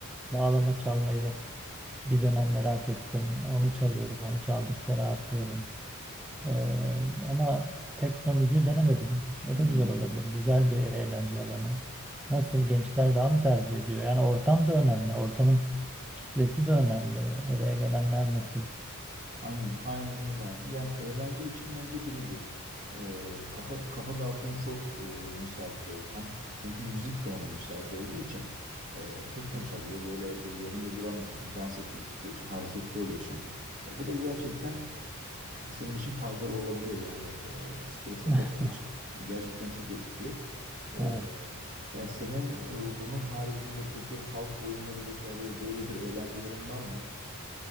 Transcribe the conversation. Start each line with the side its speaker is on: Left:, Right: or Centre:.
Centre: Bağlama çalmayı bir dönem merak ettim. Onu çalıyorum. Onu çaldıkça rahatlıyorum. Ee, ama tekno müziği denemedim. O
Right: Hmm.
Centre: da güzel olabilir. Güzel bir eğlence alanı. Nasıl gençler daha mı tercih ediyor? Yani ortam da önemli. Ortamın kitlesi de önemli. Oraya gelenler nasıl?
Right: Aynen, aynen öyle abi. Yani eğlence için bence birebir. E, kafa kafa dağıtmaya çok e, müsait bir ortam. Çünkü müzik de ona müsait olduğu için e, tekno çalıyor. Böyle e, yerinde duramıyorsun, dans etmek istiyorsun, hareketli oluyorsun. E, bu da gerçekten senin için faydalı olabiliyor yani e, stres atabiliyorsun.
Centre: <laughs>
Right: Gerçekten çok etkili. E,
Centre: Evet.
Right: yani senin e, bunun haricinde peki halk oyunları vesaire böyle bir eğlencelerin var mı?